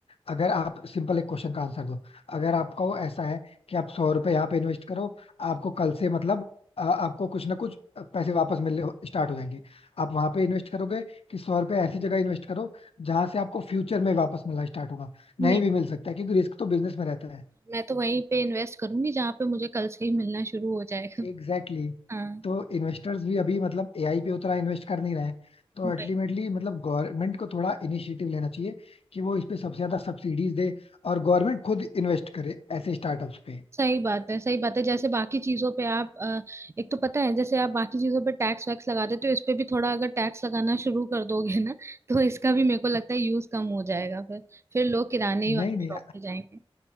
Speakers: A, on the left; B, on the right.
A: अगर आप सिंपल एक क्वेश्चन का आंसर दो अगर आपका वो ऐसा है कि आप सौ रुपए यहाँ पे इन्वेस्ट करो आपको कल से मतलब अ, आपको कुछ ना कुछ पैसे वापस मिलने स्टार्ट हो जाएंगे आप वहां पे इन्वेस्ट करोगे कि सौ रुपए ऐसी जगह इन्वेस्ट करो जहां से आपको फ्यूचर में वापस मिलना स्टार्ट होगा
B: नहीं
A: नहीं भी मिल सकता है क्योंकि रिस्क तो बिजनेस में रहता है
B: मैं तो वहीं पे इन्वेस्ट करूंगी जहाँ पे मुझे कल से ही मिलना शुरू हो जाएगा
A: Exactly exactly.
B: <laughs> हाँ
A: तो इन्वेस्टर्स भी अभी मतलब एआई पे उतना इन्वेस्ट कर नहीं रहे हैं तो
B: वही
A: अल्टीमेटली मतलब गवर्नमेंट को थोड़ा इनिशिएटिव लेना चाहिए कि वो इस पे सबसे ज्यादा सब्सिडीज दे और गवर्नमेंट खुद इन्वेस्ट करे ऐसे स्टार्टअप्स पे
B: सही बात है सही बात है जैसे बाकी चीजों पे आप अ, एक तो पता है जैसे आप बाकी चीजों पे टैक्स वैक्स लगा देते हो इस पे भी थोड़ा अगर टैक्स लगाना शुरू कर दोगे ना तो इसका भी मेरे को लगता है यूज कम हो जाएगा फिर फिर लोग किराने ही वाली
A: नहीं नहीं
B: शॉप पे जाएंगे